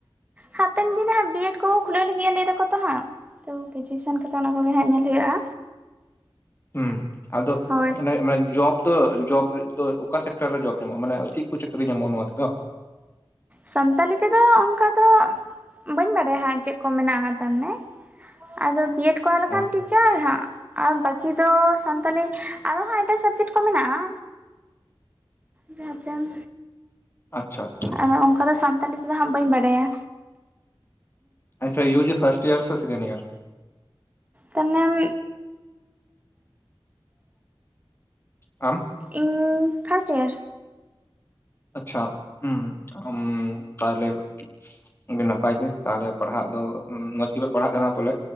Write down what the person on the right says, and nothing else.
ᱦᱟᱯᱮᱱ ᱫᱤᱱ ᱨᱮᱦᱟᱸᱜ ᱵᱤᱭᱮᱰ ᱠᱚ ᱠᱷᱩᱞᱟᱹᱣ ᱞᱟᱹᱜᱤᱫ-ᱟ ᱞᱟᱹᱭ ᱫᱟ ᱠᱚ ᱛᱚ ᱦᱟᱸᱜ᱾ ᱛᱚ ᱜᱨᱮᱡᱩᱭᱮᱥᱚᱱ ᱠᱟᱛᱮ ᱚᱱᱟ ᱠᱚᱜᱮ ᱦᱟᱸᱜ ᱧᱮᱞ ᱦᱩᱭᱩᱜ-ᱟ᱾
ᱦᱳᱭ
ᱥᱟᱱᱛᱟᱞᱤ ᱛᱮᱫᱚ ᱚᱱᱠᱟ ᱫᱚ ᱵᱟᱹᱧ ᱵᱟᱰᱟᱭᱟ ᱦᱟᱸᱜ ᱪᱮᱫ ᱠᱚ ᱢᱮᱱᱟᱜ-ᱟ ᱛᱟᱨᱢᱟᱱᱮ ᱟᱫᱚ ᱵᱤᱭᱮᱰ ᱠᱚᱨᱟᱣ ᱞᱮᱠᱷᱟᱱ
ᱴᱤᱪᱟᱨ ᱦᱟᱸᱜ᱾ ᱟᱨ ᱵᱟᱹᱠᱤ ᱫᱚ ᱥᱟᱱᱛᱟᱞᱤ, ᱟᱨᱦᱚᱸ ᱮᱴᱟᱜ ᱥᱟᱵᱽᱡᱮᱠᱴ ᱠᱚ ᱢᱮᱱᱟᱜ-ᱟ᱾ ᱡᱟᱦᱟᱸᱛᱮᱢ
ᱟᱫᱚ ᱚᱝᱠᱟ ᱫᱚ ᱥᱟᱱᱛᱟᱞᱤ ᱛᱮᱫᱚ ᱦᱟᱸᱜ ᱵᱟᱹᱧ ᱵᱟᱰᱟᱭᱟ᱾
ᱛᱟᱢᱱᱚᱢ
ᱤᱧ ᱯᱷᱟᱥᱴ ᱤᱭᱟᱨ᱾